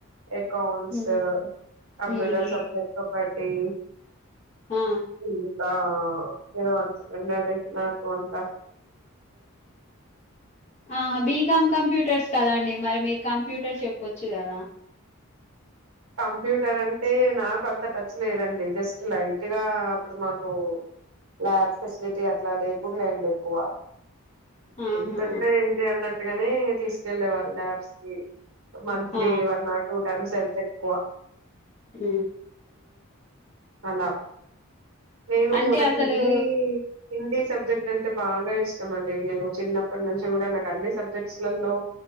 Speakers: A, on the right; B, on the left.
A: అకాౌంట్స్
B: ఉమ్
A: కంప్యూటర్
B: ఉమ్
A: సబ్జెక్ట్తో పట్ ఊ
B: ఆ
A: ఇంకా ఏదో అంటారండి అది నాకు అంత
B: ఆ బీకామ్ కంప్యూటర్స్ కదాండి మరి మీరు కంప్యూటర్ చెప్పొచ్చు కదా
A: కంప్యూటర్ అంటే నాకు అంత టచ్ లేదండి జస్ట్ లైట్గా అప్పుడు మాకు ల్యాబ్ ఫెసిలిటీ అట్లా లేకుం లేండి ఎక్కువ
B: ఆహా
A: ఏంతంటే ఏంటి అన్నట్టుగానే తీసుకెళ్లేేవారు ల్యాబ్స్ కి monthly
B: ఆ
A: one or two times వె కోవ
B: ఊ
A: అలా నేను
B: అంటే
A: నాకు
B: అసలు
A: హిందీ హిందీ సబ్జెక్ట్ అంటే బాగా ఇష్టం అండి నేను చిన్నప్పటి నుంచి కూడా నాకు అన్ని సబ్జెక్ట్స్ లలో